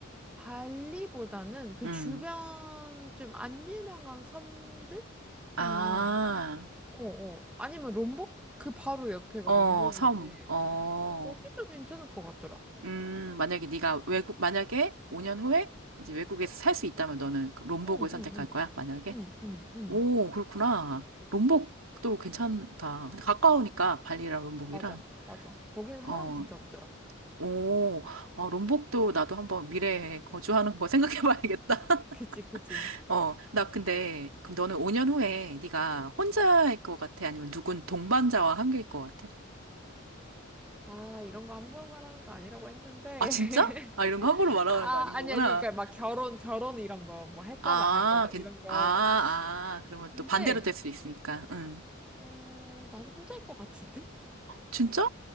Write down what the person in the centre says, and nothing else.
발리보다는 그
주변 좀 안 유명한 섬들이나
어어 아니면 롬복 그 바로 옆에가
롬복인데
거기도 괜찮을 것 같더라.
응응응응응응
맞아 맞아 거기는 사람
진짜 없더라.
그치, 그치.
아, 이런 거 함부로 말하는 거 아니라고 했는데.
<laughs>
아,
아니, 아니, 그러니까 막 결혼, 결혼 이런 거, 뭐 할
거다, 안 할 거다,
이런 거.
근데,
어, 나는 혼자일 것 같은데?